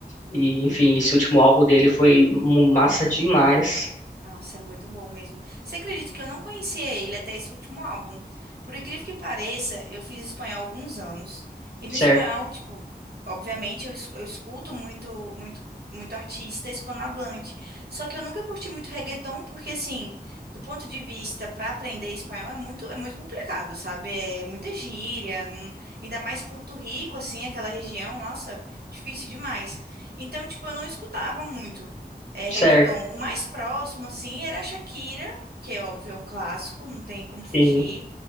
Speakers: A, on the left (about 45°); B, on the right (about 70°).
A: E enfim, esse último álbum dele foi mu- massa demais,
B: Nossa, é muito bom mesmo. Você acredita que eu não conhecia ele até esse último álbum? Por incrível que pareça, eu fiz espanhol há alguns anos. E no
A: certo?
B: espanhol, tipo, obviamente eu, es- eu escuto muito, muito, muito artista hispanohablante. Só que eu nunca curti muito reggaeton, porque assim, do ponto de vista para aprender espanhol é muito, é muito complicado, sabe? É muita gíria, não- ainda mais Porto Rico, assim, aquela região, nossa, difícil demais. Então, tipo, eu não escutava muito é, reggaeton.
A: Certo,
B: O mais próximo, assim, era a Shakira, que é óbvio, é um clássico, não tem como fugir.
A: sim.